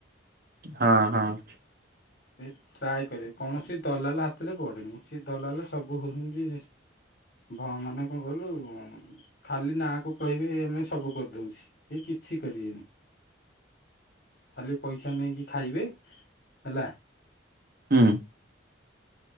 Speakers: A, on the right; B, on the left.
A: ହଁ ହଁ।
B: ସେ ଟ୍ରାଏ କରେ କୌଣସି ଦଲାଲ ହାତରେ ପଡେନି ସେ ଦଲାଲ ସବୁ ହଉଛନ୍ତି। ଭ ମାନେ କଣ କହିଲୁ ଖାଲି ନାକୁ କହିବେ ଆମେ ସବୁ କରିଦଉଛି। କି କିଛି କରିବେନି ଖାଲି ପଇସା ନେଇକି ଖାଇବେ। ହେଲା।
A: ହୁଁ।